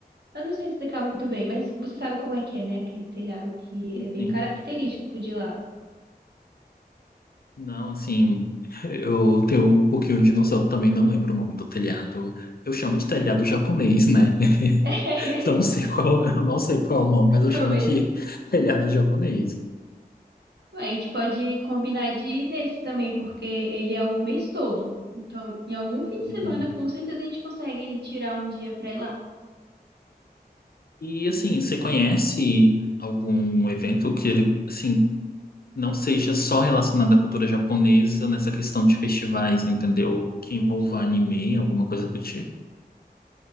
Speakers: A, on the right (about 85°); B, on the left (about 65°).
A: Eu não sei explicar muito bem, mas você sabe como é que é, né? Aquele telhado que é bem
B: Sim.
A: característico de lá.
B: Não, assim, eu tenho um pouquinho de noção, também não lembro o nome do telhado. Eu chamo de telhado japonês, né? <laughs>
A: <laughs>
B: Não sei qual, eu não sei qual é o nome, mas eu
A: Também,
B: chamo de
A: né?
B: <laughs> telhado japonês.
A: A gente pode combinar de ir nesse também, porque ele é o mês todo. Então, em algum fim
B: Uhum.
A: de semana, com certeza a gente consegue tirar um dia pra ir lá.
B: E assim, você conhece algum evento que, assim, não seja só relacionado à cultura japonesa nessa questão de festivais, entendeu? Que envolva anime, alguma coisa do tipo?